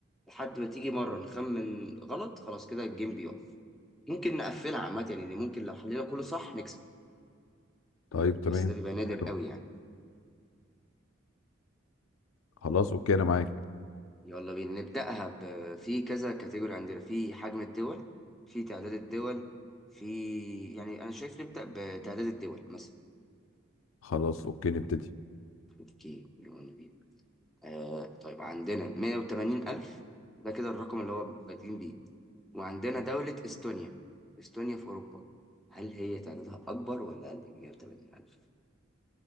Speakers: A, in the centre; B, on the left (about 75°).
A: لحد ما تيجي مره نخمن غلط خلاص كده الجيم بيقف ممكن نقفلها عامه يعني ممكن لو حلينا كله صح نكسب
B: طيب تمام
A: بس ده بيبقى نادر
B: حلو
A: قوي يعني
B: خلاص اوكي انا معاك
A: يلا بينا نبداها ب... في كذا كاتيجوري عندنا في حجم الدول في تعداد الدول في يعني انا شايف نبدا بتعداد الدول مثلا
B: خلاص اوكي نبتدي
A: اوكي يلا بينا آه طيب عندنا 180 ألف ده كده الرقم اللي هو بادئين بيه وعندنا دولة إستونيا إستونيا في أوروبا هل هي تعدادها أكبر ولا أقل من 180 ألف؟